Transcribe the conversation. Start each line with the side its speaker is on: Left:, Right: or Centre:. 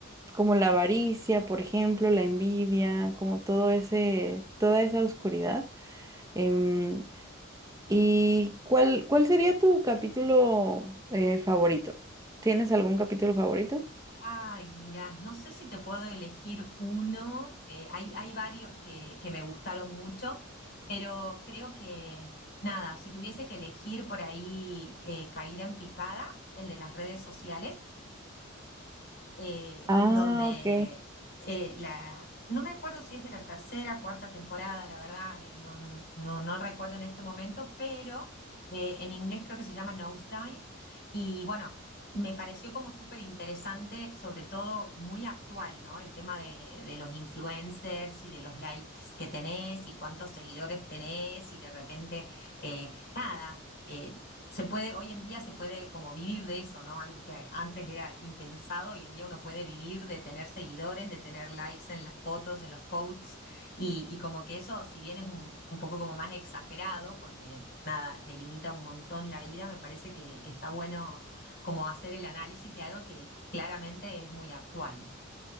Right: como la avaricia, por ejemplo, la envidia, como todo ese, toda esa oscuridad. Em, ¿y cuál, cuál sería tu capítulo eh, favorito? ¿Tienes algún capítulo favorito?
Left: Ay, mira, no sé si te puedo elegir uno. eh, hay, hay varios que, que me gustaron mucho, pero creo que, nada, si tuviese que elegir por ahí eh, Caída en picada, el de las redes sociales, eh,
Right: Ah,
Left: donde
Right: ok.
Left: eh, la, no me acuerdo si es de la tercera, cuarta temporada, la verdad, eh, no, no, no recuerdo en este momento, pero eh, en inglés creo que se llama Nosedive. Y bueno, me pareció como súper interesante, sobre todo muy actual, ¿no? El tema de, de los influencers y de los likes que tenés y cuántos seguidores tenés y de repente, eh, nada. eh, se puede, hoy en día se puede como vivir de eso, ¿no? Algo que a- antes era impensado, hoy en día uno puede vivir de tener seguidores, de tener likes en las fotos, en los posts, y, y como que eso, si bien es un, un poco como más exagerado, porque nada, te limita un montón la vida, me parece que, que está bueno como hacer el análisis de algo que claramente es muy actual.